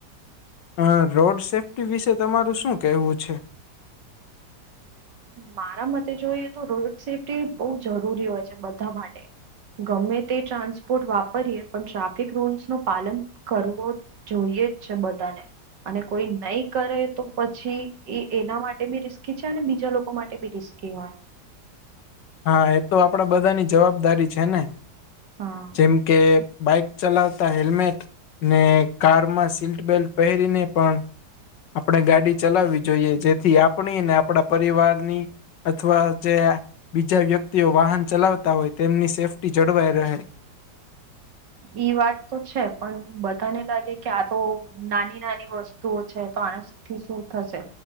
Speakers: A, on the left (about 75°); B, on the right (about 70°).
A: હ રોડ સેફ્ટી વિશે તમારું શું કેહવું છે?
B: મારા મતે જોઈએ તો રોડ સેફ્ટી બહ જરૂરી હોય છે બધા માટે. ગમે તે ટ્રાન્સપોર્ટ વાપરીએ પણ ટ્રાફિક રૂલ્સ ન પાલન કરવો જોઈએ જ છે બધાને. અને કોઈ નહી કરે તો પછી એ એના માટે બી રિસ્કી અને બીજા લોકો માટે બી રીસ્કી હોય.
A: હા. એ તો આપડા બધાની જવાબદારી છે ને!
B: હા
A: જેમ કે બાઇક ચલાવતા હેલ્મેટ ને કારમાં સીટ બેલ્ટ પહેરીને પણ આપણે ગાડી ચલાવવી જોઈએ જેથી આપણી ને આપણા પરિવારની અથવા જે બીજા વ્યક્તિઓ વાહન ચલાવતા હોય તેમની સેફ્ટી જળવાઈ રહે.
B: ઈ વાત તો છે પણ બધાને લાગે કે આ તો નાની નાની વસ્તુઓ છે તો આ થી શું થશે?